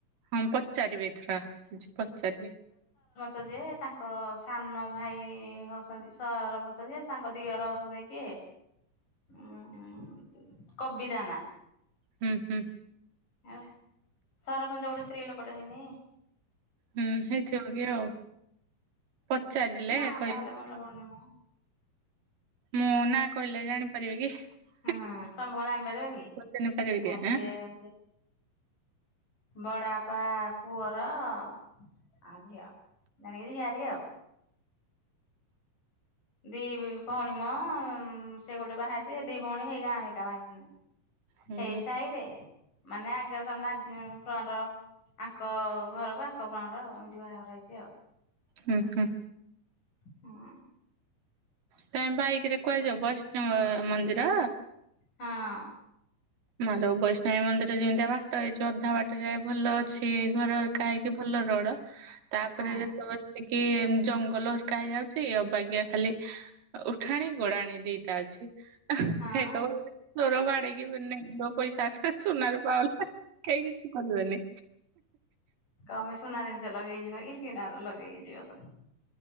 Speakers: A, on the right (about 75°); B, on the left (about 70°).
A: ହୁଁ ପଚାରିବେ ଏଥର ଆଜି ପଚାରିବେ।
B: ଚ ଯିଏ ତାଙ୍କ ସାନ ଭାଇ ହଉଛନ୍ତି ସରପଞ୍ଚ ଯେ ତାଙ୍କ ଦିଅର ହେଉଛନ୍ତି କିଏ? ହୁଁ କବି ତା ନାଁ।
A: ହୁଁ ହୁଁ।
B: ଏ ସରପଞ୍ଚ ଗୋଟେ ସ୍ତ୍ରୀ ଲୋକଟେ ହେଇନି?
A: ହୁଁ ହେଇଥିବ ଆଉ ପଚାରିଲେ
B: ନା
A: କହିବି।
B: ଟା ହେଲେ ମନେ ପଡୁନି ମୋ
A: ମୋ ନାଁ କହିଲେ ଜାଣିପାରିବେ କି?
B: ହଁ ତମେ କଣ ଆଣିପାରିବ କି?
A: ଚିହ୍ନି ପାରିବି କି
B: ଆ ସିଏ
A: ଆଁ
B: ଅ ସିଏ ବଡାପା ପୁଅର ଆ ଝିଅ, ଜାଣିକିରି ଝିଆରି ଆଉ। ଦି ଭଉଣୀ ମ ସେ ଗୋଟେ ବାହା ହେଇଛି, ହେ ଦି ଭଉଣୀ ହେଇ ଗାଁ ରେ ଏକା ବାହା ହେଇସନ୍ତି।
A: ହୁଁ
B: ହେଇ ସାହିରେ ମାନେ ଆଜ୍ୟ ସମାଜ୍ ଫ୍ରଣ୍ଟ। ଆଙ୍କ ଘରକୁ ଆଙ୍କ ଭଉଣୀର ଏମିତି ବାହାଘର ହେଇଛି ଆଉ।
A: ହୁଁ ହୁଁ।
B: ହଁ।
A: ତମେ ବାଇକରେ କୁଆଡେ ଯିବ ବୈଷ୍ଣବ ମନ୍ଦିର?
B: ହଁ।
A: ମାଲୋ ବୈଷ୍ଣବୀ ମନ୍ଦିର ଯେମିତିଆ ବାଟ ହେଇଛି ଅଧା ବାଟ ଯାଏ ଭଲ ଅଛି ଘର ଘରିକା ହେଇକି ଭଲ ଲା ରଡ ତାପରେ
B: ହଁ
A: ଯେତବେଳେ ପିଁ କି ଜଙ୍ଗଲ ହରକା ଯାଉଛି ଅବାଗିଆ ଖାଲି ଅ ଉଠାଣି ଗଡାଣି ଦିଟା ଅଛି। ଆ
B: ହଁ
A: ହେଇଥବ ମୋର ବାଡେଇକି ପୁନେ ତମ ପଇସା ଅଛି ବା ସୁନା ରୂପା ହଲା କେହି କିଛି କରିବେନି।
B: କଣ ସୁନା ଜିନିଷ ଲଗେଇ ଯିବ କି କିଣାର ଲଗେଇକି ଯିବ ତ